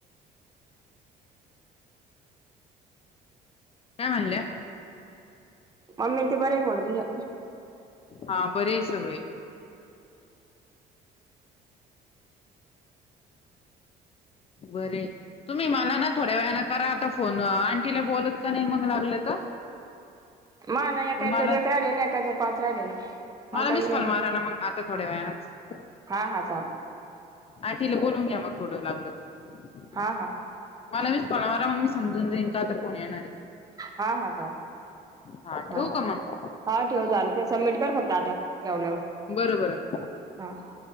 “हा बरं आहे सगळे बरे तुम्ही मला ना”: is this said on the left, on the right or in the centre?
Left